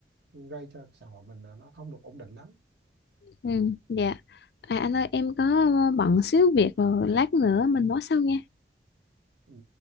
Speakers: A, on the right; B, on the left.
A: gây cho xã hội mình là nó không được ổn định lắm
B: ừ, dạ à, anh ơi em có bận xíu việc rồi lát nữa mình nói sau nha
A: ừ.